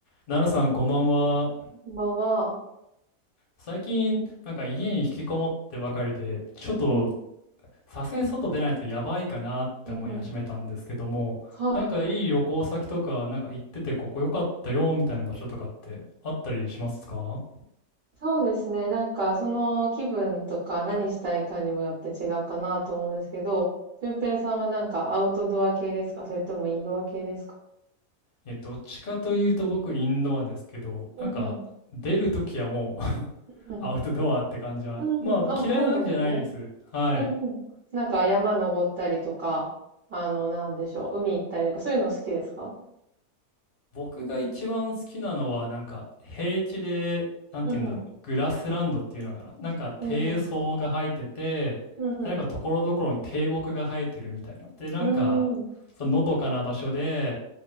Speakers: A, on the left (about 45°); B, on the right (about 50°).
A: 奈良さん、こんばんは。
B: こんばんは。
A: 最近、なんか家に引きこもってばかりで、ちょっと、
B: うん
A: さすがに外出ないとやばいかなって思い始めたんですけども、
B: うんうん。はい。
A: なんかいい旅行先とか、なんか行ってて、ここ良かったよ、みたいな場所とかってあったりしますか
B: そうですね。なんか、その気分とか何したいかにもよって違うかなと思うんですけど、俊平さんはなんかアウトドア系ですかそれともインドア系ですか
A: え、どっちかというと僕、インドアですけど、
B: うんうん。
A: なんか、出るときはもう <laughs>
B: うん。
A: アウトドアって感じは、
B: うん。
A: まあ、
B: あ、
A: 嫌いなわけじゃないです。
B: そうなんですね。
A: はい。
B: うんうん。なんか山登ったりとか、あの、なんでしょう。海行ったりとか、そういうの好きですか
A: 僕が一番好きなのは、なんか平地で、なんて言うんだろう、
B: うんうん。
A: グラスランドっていうのかな。なんか低層が生えてて、
B: うんうん。うん
A: で、なんかところどころに低木が生えてるみたいな。で、なんか、
B: うん。うーん。
A: そののどかな場所で、